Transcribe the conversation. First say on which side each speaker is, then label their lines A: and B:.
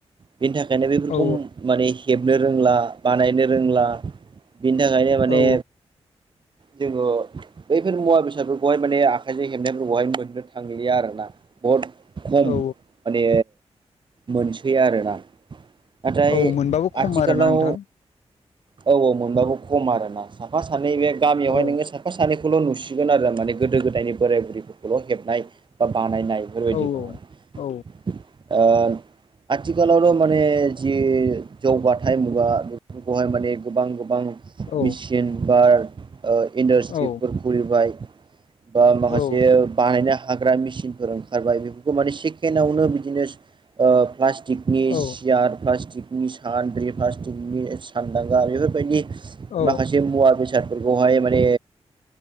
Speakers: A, on the right (about 45°); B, on the left (about 80°).
A: बेनि थाखायनो बेफोरखौ
B: औ
A: माने हेबनो रोंला बानायनो रोंला बिनि थाखायनो माने
B: औ
A: जो बैफोर मुवा बेसादफोरखौहाय माने आखाइजों हेबनायफोरखौहाय मोननो थांलिया आरो ना बहुद खम
B: औ
A: माने मोनसै आरोना नाथाय
B: औ मोनबाबो खम
A: आथिखालाव
B: आरोना नोंथां
A: औ औ मोनबाबो खम आरो ना साफा सानै बे गामियावहाय
B: औ
A: नोङो साफ साफा सानैखौल' नुसिगोन आरो माने गोदो गोदायनि बोराय बुरैफोरखौल' हेबनाय बा बानायनाय बेफोरबायदि
B: औ
A: दङ
B: औ
A: ओ आथिखालावथ' माने जि जौगाथाय मुगा खौहाय माने गोबां गोबां
B: औ
A: मिचिन बार ओ इन्डास्ट्रिफोर
B: औ
A: खुलिबाय ओ माखासे
B: औ
A: बानायनो हाग्रा मिसिनफोर ओंखारबाय बेफोरखौ माने सेकेणडावनो बिदिनो ओ प्लास टिकनि
B: औ
A: सियार प्लास्टिकनि सानद्रि प्लास्टिकनि सानदांगा बेफोरबायदि
B: औ
A: माखासे मुवा बेसादफोरखौहाय माने